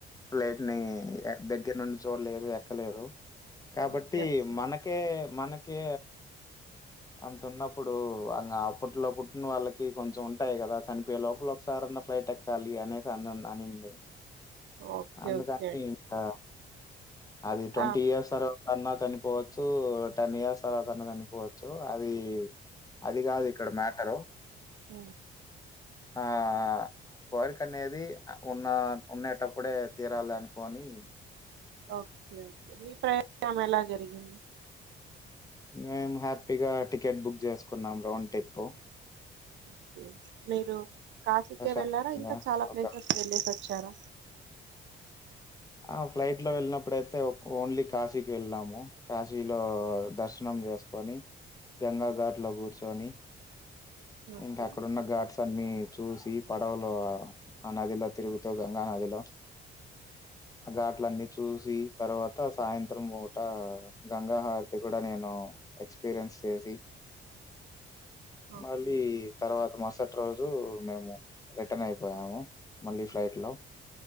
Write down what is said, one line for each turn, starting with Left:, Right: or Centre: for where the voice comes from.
Left: ఫ్లైట్ ని దగ్గర నుండి చూడలేదు ఎక్కలేదు కాబట్టి
Right: ఓకే ఓకే
Left: మనకే మన కే అంత ఉన్నప్పుడు అంగ అప్పట్లో పు ఇంగ్ వాళ్ళకి కొంచెం ఉంటాయి కదా, చనిపోయే లోపల ఒకసారి ఉన్న ఫ్లైట్ ఎక్కాలి అనేసి అనింది.
Right: ఓకే
Left: అందుకని
Right: ఓకే
Left: ఇంకా అది ట్వంటీ
Right: ఆ
Left: ఇయర్స్ అరో అన్నా చనిపోవచ్చు, టెన్ ఇయర్స్ తర్వాత అన్న చనిపోవచ్చు అది. అది కాదు ఇక్కడ మ్యాటరు
Right: అ
Left: ఆ కోరిక అనేది ఉన్న ఉండేటప్పుడే తీరాలి అనుకోని
Right: ఓకే ఓకే మీ ప్రయత్నం ఎలా జరిగింది
Left: మేము హ్యాపీగా టికెట్ బుక్ చేసుకున్నాం రోన్ టిప్పు
Right: ఓకే మీరు కాశీకే
Left: ప్రశాంతంగా
Right: వెళ్ళారా ఇంకా చాలా ప్లేసెస్
Left: ఒక
Right: వెళ్ళసి వచ్చారా
Left: ఆ ఫ్లైట్లో వెళ్ళినప్పుడైతే ఓన్లీ కాశీకి వెళ్ళాము కాశీలో దర్శ నం చేసుకొని గంగా ఘాట్లో కూర్చొని
Right: ఓకే
Left: ఇంకా అక్కడున్న ఘాట్స్ అన్ని చూసి పడవలో ఆ నదిలో తిరుగుతూ గంగా నదిలో ఘాట్ల అన్ని చూసి తర్వాత సాయంత్రం మూట గంగాహరతి కూడా నే ను ఎక్స్పీరియన్స్ చేసి
Right: ఓకే
Left: మళ్ళీ తర్వాత మ రుసటి రోజు మేము రిటర్న్ అయిపోయాము మళ్ళీ ఫ్లైట్లో